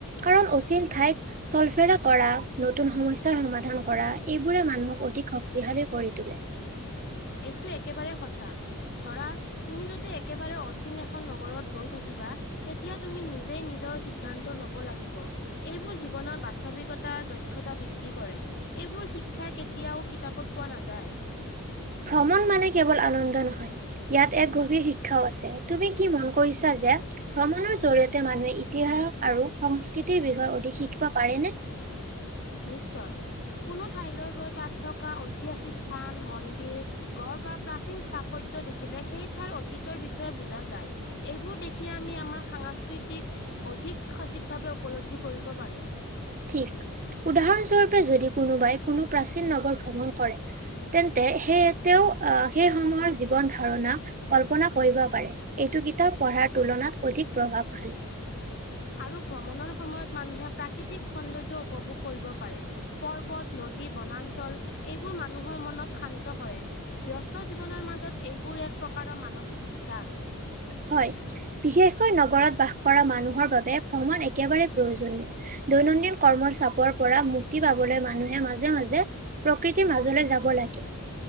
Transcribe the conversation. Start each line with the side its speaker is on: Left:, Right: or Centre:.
Right: কাৰণ অচিন ঠাইত, চলফেৰা কৰা নতুন সমস্যাৰ সমাধান কৰা এইবোৰে মানুহক অধিক শক্তিশালী কৰি তোলে।
Left: এইটো একেবাৰে সঁচা ধৰা, তুমি যদি একেবাৰে অচিন এখন নগৰত গৈ থাকিবা। তেতিয়া তুমি নিজেই নিজৰ সিদ্ধান্ত লব লাগিব। এইবোৰ জীৱনত বাস্তৱিকতা দক্ষতা বৃদ্ধি কৰে। এইবোৰ শিক্ষা কেতিয়াও কিতাপত পোৱা নাযায়।
Right: ভ্ৰমণ মানে কেৱল আনন্দ নহয়। ইয়াত এক গভীৰ শিক্ষাও আছে তুমি কি মন কৰিছা যে। ভ্ৰমণৰ জৰীয়তে মানুহে ইতিহাস আৰু সংস্কৃতিৰ বিষয়ে অধিক শিকিব পাৰেনে।
Left: নিশ্চয় কোনো ঠাইলৈ গৈ তাত থকা ঐতিহাসিক স্থান মন্দিৰ। গড় বা প্ৰাচীন স্থাপত্য দেখিলে সেই ঠাইৰ অতীতৰ বিষয়ে বুজা যায়। এইবোৰ দেখিয়ে আমি আমাৰ সাংস্কৃতিক অধিক সজীৱ ভাৱে উপলব্ধি কৰিব পাৰো।
Right: ঠিক উদাহৰণস্বৰূপে যদি কোনোবাই কোনো প্ৰাচীন নগৰ ভ্ৰমণ কৰে। তেন্তে সেইয়ে তেওঁ আহ সেই সমহৰ জীৱন ধাৰণা। কল্পনা কৰিব পাৰে এইটো কিতাপ পঢ়াৰ তুলনাত অধিক প্ৰভাৱশালী।
Left: আৰু ভ্ৰমণৰ সময়ত মানুহে প্ৰাকৃতিক সৌন্দৰ্য্য উপভোগ কৰিব পাৰে। পৰ্বত, নদী, বনাঞ্চল এইবোৰ মানুহৰ মনত শান্ত কৰে। ব্যস্ত জীৱনৰ মাজত এইবোৰ এক প্ৰকাৰৰ মানসিক বিকাশ।
Right: হয় বিশেষকৈ নগৰত বাস কৰা মানুহৰ বাবে ভ্ৰমণ একেবাৰে প্ৰয়োজনীয়। দৈনন্দিন কৰ্মৰ চাপৰ পৰা মুক্তি পাবলৈ মানুহে। মাজে-মাজে প্ৰকৃতিৰ মাজলৈ যাব লাগে।